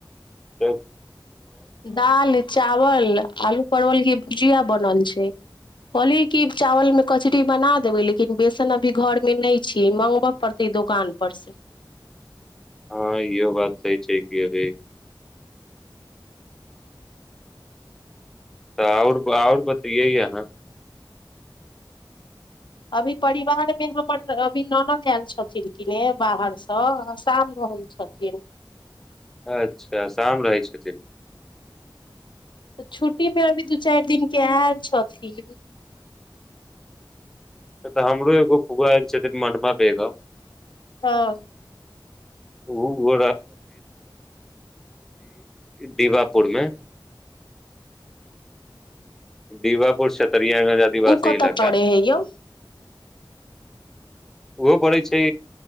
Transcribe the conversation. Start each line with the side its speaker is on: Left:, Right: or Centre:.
Centre: एकठ
Left: दाल चावल आलू परवल के भुजिया बनल छै कहलियी कि चावलमे कचरी बना देबै लेकिन बेसन अभी घरमे नहि छी मङगबय पड़तै दोकानपर से
Centre: हँ यहो बात सही छै कि गई तऽ आओर आओर बतइै अहाँ
Left: अभी परिवारमे हमर अभी ननद आयल छथिन किने बाहरसँ आ शाम रहै छथिन
Centre: अच्छा शाम रहै छथिन
Left: तऽ छुट्टीमे अभी दू चारि दिनके आयल छथिन
Centre: तऽ हमरो एगो फुआ आयल छथिन मनमा बेगम
Left: हँ
Centre: ओ उ दीवापुरमे दीवपुर छतरियागंज आदिवासी
Left: उ कतऽ
Centre: इलका
Left: पड़े है यौ
Centre: ओहो पड़ै छै